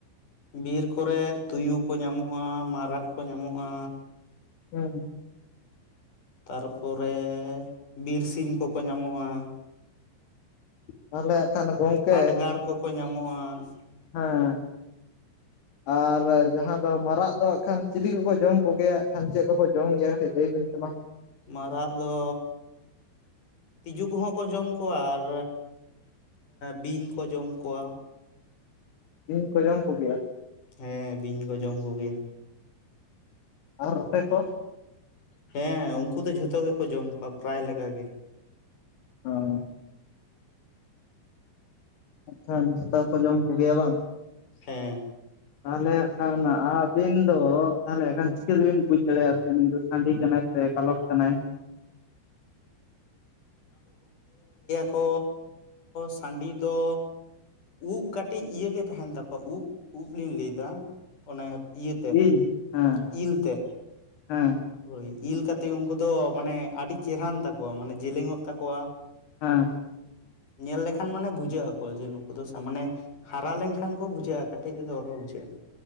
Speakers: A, on the left (about 45°); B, on the left (about 65°).
A: ᱵᱤᱨ ᱠᱚᱨᱮ ᱛᱩᱭᱩ ᱠᱚ ᱧᱟᱢᱚᱜᱼᱟ ᱢᱟᱨᱟᱜ ᱠᱚ ᱧᱟᱢᱚᱜᱼᱟ᱾
B: ᱦᱮᱸ
A: ᱛᱟᱨᱯᱚᱨᱮ ᱵᱤᱨ ᱥᱤᱢ ᱠᱚᱠᱚ ᱧᱟᱢᱚᱜᱼᱟ᱾
B: ᱛᱟᱦᱞᱮ ᱦᱟᱸᱜ ᱠᱷᱟᱱ ᱜᱚᱢᱠᱮ
A: ᱦᱟᱰᱜᱟᱨ ᱠᱚᱠᱚ ᱧᱟᱢᱚᱜᱼᱟ
B: ᱦᱮᱸ ᱟᱨ ᱡᱟᱦᱟᱸ ᱫᱚ ᱢᱟᱨᱟᱜ ᱫᱚ ᱦᱟᱜ ᱠᱷᱟᱱ ᱟᱨ ᱪᱤᱞᱤ ᱠᱚᱠᱚ ᱡᱚᱢ ᱠᱚᱜᱮᱭᱟᱜ ᱠᱷᱟᱱ ᱪᱮᱫ ᱠᱚᱠᱚ ᱡᱚᱢ ᱜᱮᱭᱟ ᱠᱟᱹᱴᱤᱡ ᱞᱟᱹᱭ ᱵᱮᱱ ᱥᱮ ᱢᱟ
A: ᱢᱟᱨᱟᱜ ᱫᱚ ᱛᱤᱸᱡᱩ ᱠᱚᱦᱚᱸ ᱠᱚ ᱡᱚᱢ ᱠᱚᱣᱟ ᱟᱨ ᱵᱤᱧ ᱠᱚ ᱡᱚᱢ ᱠᱚᱣᱟ᱾
B: ᱵᱤᱧ ᱠᱚ ᱡᱚᱢ ᱠᱚᱜᱮᱭᱟ?
A: ᱦᱮᱸ ᱵᱤᱧ ᱠᱚ ᱡᱚᱢ ᱠᱚᱜᱮᱭᱟ᱾
B: ᱟᱨ ᱟᱯᱮ ᱠᱚ?
A: ᱦᱮᱸ ᱩᱝᱠᱩ ᱫᱚ ᱡᱷᱚᱛᱚ ᱜᱮᱠᱚ ᱡᱚᱢ ᱠᱚᱣᱟ ᱯᱨᱟᱭ ᱞᱮᱠᱟ ᱜᱮ
B: ᱟᱸ ᱟᱪᱪᱷᱟ ᱥᱮᱛᱟ ᱠᱚ ᱡᱚᱢ ᱠᱚᱜᱮᱭᱼᱟ ᱵᱟᱝ?
A: ᱦᱮᱸ
B: ᱛᱟᱦᱚᱞᱮ ᱦᱟᱸᱜ ᱠᱷᱟᱱ ᱟᱹᱵᱤᱱ ᱫᱚ ᱛᱟᱦᱟᱞᱮ ᱮᱠᱷᱟᱱ ᱪᱤᱠᱟᱹ ᱛᱮᱵᱤᱱ ᱵᱩᱡ ᱫᱟᱲᱮᱭᱟᱜᱼᱟ ᱥᱮ ᱱᱩᱭ ᱫᱚ ᱥᱟᱺᱰᱤ ᱠᱟᱱᱟᱭ ᱦᱟᱜᱼᱠᱷᱟᱱ? ᱥᱮ ᱠᱟᱞᱚᱴ ᱠᱟᱱᱟᱭ
A: ᱠᱚ ᱥᱟᱺᱰᱤ ᱫᱚ ᱩᱵ ᱠᱟᱹᱴᱤᱡ ᱤᱭᱟᱹ ᱜᱮ ᱛᱟᱦᱮᱱ ᱛᱟᱠᱚᱣᱟ ᱩᱵ ᱩᱵ ᱤᱧ ᱞᱟᱹᱭ ᱫᱟ ᱚᱱᱮ ᱤᱭᱟᱹ ᱛᱮᱫ
B: ᱤᱞ ᱦᱮᱸ
A: ᱤᱞ ᱛᱮᱫ
B: ᱦᱮᱸ
A: ᱦᱳᱭ ᱤᱞ ᱠᱟᱛᱮᱫ ᱩᱱᱠᱩ ᱫᱚ ᱢᱟᱱᱮ ᱟᱹᱰᱤ ᱪᱮᱨᱦᱟᱱ ᱛᱟᱠᱚᱣᱟ ᱢᱟᱱᱮ ᱡᱮᱞᱮᱧᱼᱚᱜ ᱛᱟᱠᱚᱣᱟ
B: ᱦᱮᱸ
A: ᱧᱮᱞ ᱞᱮᱠᱷᱟᱱ ᱢᱟᱱᱮ ᱵᱩᱡᱷᱟᱹᱜ ᱟᱠᱚ ᱡᱮ ᱱᱩᱠᱩ ᱫᱚ ᱢᱟᱱᱮ ᱦᱟᱨᱟ ᱞᱮᱱᱼᱠᱷᱟᱱ ᱠᱚ ᱵᱩᱡᱷᱟᱹᱜᱼᱟ ᱠᱟᱹᱴᱤᱡ ᱨᱮᱫᱚ ᱵᱟᱠᱚ ᱵᱩᱡᱷᱟᱹᱜᱼᱟ